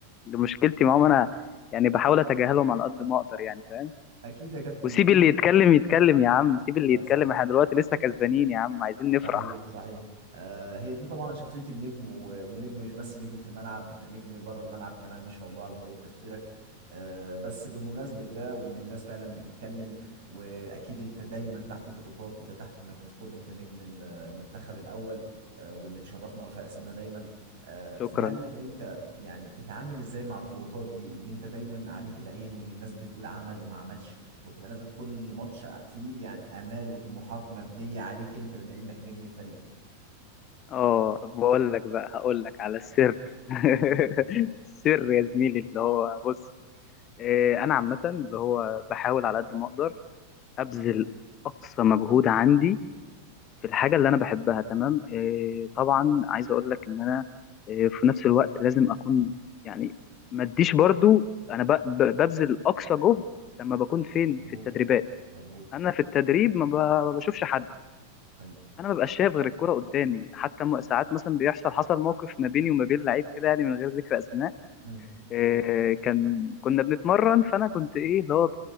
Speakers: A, on the left; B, on the right.
A: اللي مشكلتي معاهم انا يعني بحاول اتجاهلهم على قد ما اقدر يعني فاهم
B: اكيد يا كابتن
A: وسيب
B: وديش
A: اللي يتكلم يتكلم يا عم سيب اللي
B: ده
A: يتكلم
B: صح
A: احنا دلوقتي لسه كسبانين يا عم عايزين نفرح
B: صحيح صحيح آه، هي دي طبعا شخصية النجم و- والنجم مش بس نجم في الملعب نجم بره الملعب كمان ما شاء الله على طريقة تفكيرك آه، بس بمناسبة ده وإن الناس فعلا بتتكلم وأكيد أنت دايما تحت ضغوطات أنت تحت الميكروسكوب أنت نجم ال- المنتخب الأول آه، واللي مشرفنا رافع اسمنا دايما آه،
A: شكرا
B: فهل أنت يعني بتتعامل إزاي مع الضغوطات دي إن أنت دايما عليك العين وإن الناس بتقول عمل وما عملش وبتبقى نازل كل ماتش فيه يعني امال وطموحات مبنيه عليك انت بما انك نجم الفريق
A: اه بقول لك بقى هقول لك على السر
B: مم.
A: <laughs> السر يا زميلي اللي هو بص آه، انا عامه اللي هو بحاول على قد ما اقدر ابذل اقصى مجهود عندي في الحاجة اللي أنا بحبها تمام إيه طبعا عايز أقول لك إن أنا إيه في نفس الوقت لازم أكون يعني ما أديش برضو أنا ب- ب- ببذل أقصى جهد لما بكون فين
B: مظبوط
A: في التدريبات
B: مظبوط
A: أنا في التدريب ما ب- ما بشوفش حد
B: حقيقي
A: أنا ما ببقاش شايف غير الكرة قدامي حتى م- ساعات مثلا بيحصل حصل موقف ما بيني وما بين لعيب كده يعني من غير ذكر أسماء
B: مم.
A: آه، كان كنا بنتمرن فانا كنت ايه اللي هو